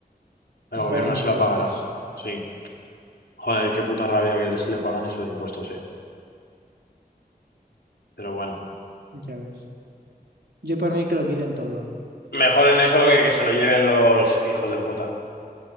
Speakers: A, on the left (about 90°); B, on the right (about 80°).
A: El
B: Y
A: gobierno
B: sale de impuestos.
A: se lo pagará. Sí. Joder, qué puta rabia que se le pagan eso de impuestos, eh. Pero bueno.
B: Ya ves. Yo por mí que lo quiten todo.
A: Mejor en eso que que se lo lleven los hijos de puta.